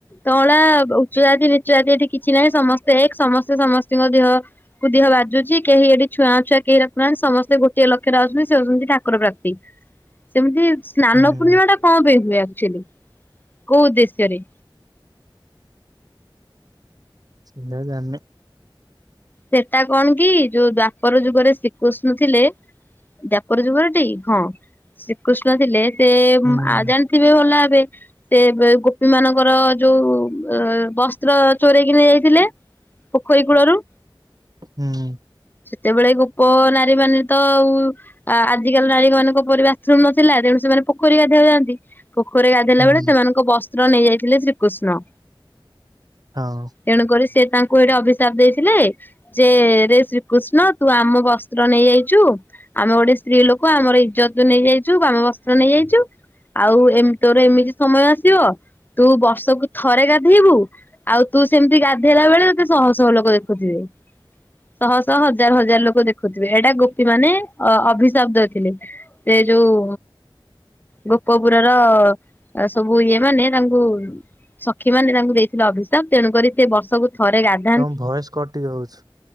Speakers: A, on the left (about 20°); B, on the right (about 45°).
A: ତଳା ଉଚ୍ଚ ଜାତି ନିଚ୍ଚ ଜାତି ଏଠି କିଛି ନାହିଁ ସମସ୍ତେ ଏକ୍ ସମସ୍ତେ ସମସ୍ତିଙ୍କ ଦେହ କୁ ଦେହ ବାଜୁଚି। କେହି ଏଠି ଛୁଆ ଅଛୁଆଁ କେହି ରଖୁନାହାନ୍ତି ସମସ୍ତେ ଗୋଟିଏ ଲକ୍ଷ୍ୟରେ ଆସୁଛନ୍ତି ସେ ହଉଚନ୍ତି ଠାକୁର ପ୍ରାପ୍ତି। ସେମିତି ସ୍ନାନ
B: ହୁଁ
A: ପୂର୍ଣ୍ଣିମା ଟା କଣ ପାଇଁ ହୁଏ ଆକଚାଲି କୋଉ ଉଦ୍ଦେଶ୍ୟରେ?
B: ସେଇଟା ଜାଣିନି।
A: ସେଟା କଣ କି ଯୋଉ ଦ୍ଵାପର ଯୁଗରେ ଶ୍ରୀକୃଷ୍ଣ ଥିଲେ। ଦ୍ଵାପର ଯୁଗରେ ଟି ହଁ ଶ୍ରୀକୃଷ୍ଣ ଥିଲେ ସେ
B: ହୁଁ
A: ଉଁ ଆ ଜାଣ ଥିବେ ଭଲ ଭାବେ। ସେ ଏବେ ଗୋପୀ ମାନଙ୍କର ଯୋଉ ଅ ବସ୍ତ୍ର ଚୋରେଇକି ନେଇ ଯାଇଥିଲେ। ପୋଖରୀ କୂଳରୁ।
B: ହୁଁ ହୁଁ।
A: ସେତେବେଳେ ଗୋପ ନାରୀ ମାନେ ତ ଆଉ ଆ-ଆଜିକାଲି ନାରୀ ମାନଙ୍କ ପରି ବାଥରୁମ ନଥିଲା ତେଣୁ ସେମାନେ ପୋଖରୀକି ଗାଧେଇଆକୁ ଯାଆନ୍ତି। ପୋଖରୀରେ ଗାଧେଇଲା
B: ହୁଁ
A: ବେଳେ ସେମାନଙ୍କ ବସ୍ତ୍ର ନେଇ ଯାଇଥିଲେ ଶ୍ରୀକୃଷ୍ଣ।
B: ହଁ।
A: ତେଣୁକରି ସେ ତାଙ୍କୁ ଏଇଠେ ଅଭିିଶାପ ଦେଇ ଥିଲେ ଯେ ରେ ଶ୍ରୀକୃଷ୍ଣ ତୁ ଆମ ବସ୍ତ୍ର ନେଇ ଯାଇଚୁ। ଆମେ ଗୋଟେ ସ୍ତ୍ରୀ ଲୋକ ଆମର ଇଜ୍ଜତୁ ନେଇଯାଇଚୁ ଆମ ବସ୍ତ୍ର ନେଇଯାଇଚୁ। ଆଉ ଏମିତି ତୋର ଏମିତି ସମୟ ଆସିବ ତୁ ବର୍ଷକୁ ଥରେ ଗାଧେଇବୁ ଆଉ ତୁ ସେମିତି ଗାଧେଇଲା ବେଳେ ତତେ ଶହ ଶହ ଲୋକ ଦେଖିଥିବେ। ଶହ ଶହ ହଜାର ହଜାର ଲୋକ ଦେଖୁଥିବେ। ଏଇଟା ଗୋପୀ ମାନେ ଅ ଅଭିସାପ ଦେଇଥିଲେ। ସେ ଯୋଉ ଗୋପଗୁର ର ଅ ସବୁ ଇଏ ମାନେ ତାଙ୍କୁ ସଖୀ ମାନେ ତାଙ୍କୁ ଦେଇଥିଲେ ଅଭିଷାପ ତେଣୁକରି ସେ ବର୍ଷକୁ ଥରେ ଗାଧା
B: ତମ ଭୟସ କଟି ହଉଛି।